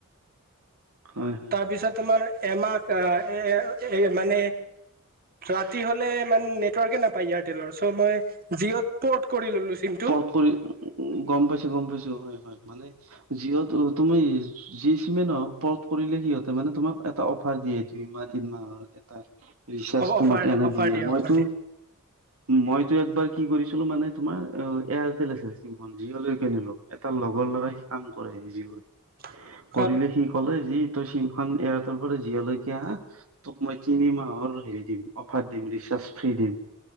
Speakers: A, on the right; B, on the right.
A: হয় হয়
B: তাৰপিছত তোমাৰ- এমাহ এ এ মানে ৰাতি হলে ইমান নেট- টৱকে নাপায় ইয়াৰতেলৰ চ' ময় জিঅ'ত পৌট কৰি ললো চিম-
A: পৰ্ট গম পাইছো, গম পাইছো, হয় হয়, মানে- জিঅ'টো তুমি জি চিমে নহক- ওপৰত কৰিলে সিহঁতে মানে তোমাক এটা অফাৰ দিয়ে দুই মাহ তিনিমাহৰ এটা। ৰিচাৰ্জ তো
B: অফাৰ
A: এনে
B: অফাৰ
A: দিয়ে
B: দিয়া
A: মইতো
B: অফাৰ দিয়া
A: মইতো একবাৰ কি কৰিছিলোঁ মানে তোমাৰ অহ এয়াৰটেল আছে চিম জিঅ লৈকে নিলো এটা লগৰ ল'ৰাই সি কাম কৰে জিঅত
B: <unintelligible>
A: কৰিলে সি কলে যি তই চিমখন এয়াৰতেল পৰা জিঅলৈকে আহ তোক মই তিনি মাহৰ হেৰি দিম অফাৰ দিম ৰিচাৰ্জ ফ্ৰী দিম।